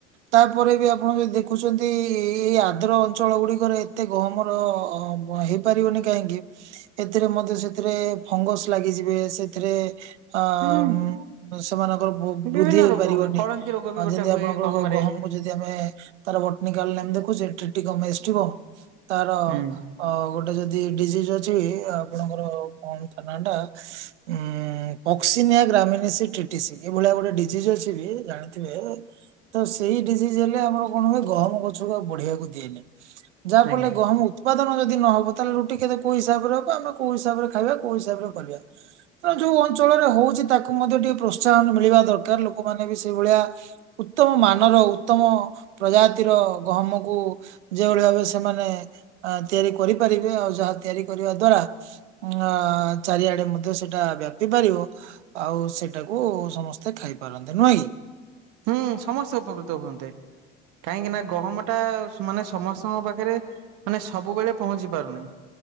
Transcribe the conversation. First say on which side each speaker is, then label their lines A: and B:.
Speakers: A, on the right; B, on the right.
A: ତାପରେ ବି ଆପଣ ଯଦି ଦେଖୁଛନ୍ତି ଏଇ ଆ ଆଦ୍ର ଅଞ୍ଚଳ ଗୁଡିକରେ ଏତେ ଗହମର ହେଇପାରିବନି କାହିଁକି? ଏଥିରେ ମଧ୍ୟ ସେଥିରେ ଫଙ୍ଗସ ଲାଗିଯିବେ ସେଥିରେ ଅଁ
B: ହୁଁ।
A: ଉଁ ସେମାନଙ୍କର ବୁ
B: ବିଭିନ୍ନ
A: ବୃଦ୍ଧି ହେଇପାରିବନି
B: ରୋଗ ହୁଏ କଳଙ୍କି ରୋଗ ବି ଗୋଟେ
A: ଯେମିତି
B: ହୁଏ
A: ଆପଣଙ୍କର
B: ଗହମରେ
A: ଗହମ ଯଦି ଆମେ ତାର ବଟନିକାଲ ଲାଇନି ଦେଖୁଚେ ଟିଟିକମେଜ ଥିବ ତାର
B: ହୁଁ
A: ଆ ଗୋଟେ ଯଦି ଡିଜିଜ୍ ଅଛି ଆପଣଙ୍କର କଣ ତା ନାଁଟା ଉଁ ପକ୍ସିିନିଆ ଗ୍ରାମିନିଶି ଟିଟିସି ଏଇଭଳି ଆ ଗୋଟେ ଡିଜିଜ ଅଛି କି ଜାଣିଥିବେ? ତ ସେଇ ଡିସିଜ ହେଲେ ଆମର କଣ ହୁଏ ଗହମ ଗଛକୁ ଆଉ ବଢିବାକୁ ଦିଏନି ଯାହାଫଳଲେ
B: ଆଜ୍ଞା।
A: ଗହମ ଉ ଉତ୍ପାଦନ ଯଦି ନ ହେବ ତାହେଲେ ରୁଟି କେତେ କୋଉ ହିସାବରେ ହେବ ଆମେ କୋଉ ହିସାବରେ ଖାଇବା କୋଉ ହିସାବରେ କରିବା। ତେଣୁ ଯୋଉ ଅଞ୍ଚଳରେ ହଉଛି ତାକୁ ମଧ୍ୟ ଟିକେ ପ୍ରୋତ୍ସାହନ ମିଳିବା ଦରକାର ଲୋକମାନେ ବି ସେଇଭଳିଆ ଉତ୍ତମ ମାନର ଉତ୍ତମ ପ୍ରଜାତିର ଗହମକୁ ଯେଭଳି ଭାବେ ସେମାନେ ଅଁ ତିଆରି କରିପାରିବେ। ଆଉ ଯାହା ତିଆରି କରିବା ଦ୍ଵାରା ଆଁ ଚାରିଆଡେ ମଧ୍ୟ ସେଇଟା ବ୍ୟାପି ପାରିବ। ଆଉ ସେଇଟାକୁ ସମସ୍ତେ ଖାଇପାରନ୍ତେ ନୁହେଁ କି?
B: ହୁଁ ସମସ୍ତେ ଉପକୃତ ହୁଅନ୍ତେ। କାହିଁକି ନା ଗହମ ଟା ମାନେ ସମସ୍ତଙ୍କ ପାଖରେ ମାନେ ସବୁବେଳେ ପହଞ୍ଚି ପାରୁନି